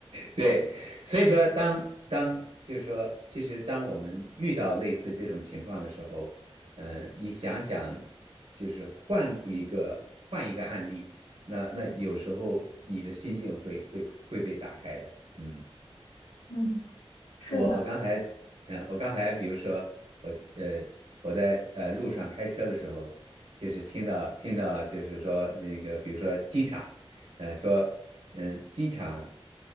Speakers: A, on the right; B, on the left.
A: 对，所以说当当就是说，其实当我们遇到类似这种情况的时候，呃，你想想，其实换一个换一个案例，那那有时候你的心境会会会被打开的，嗯。
B: 嗯，是的，
A: 我我刚才，嗯，我刚才比如说我呃我在呃路上开车的时候，就是听到听到就是说那个比如说机场，呃说嗯机场。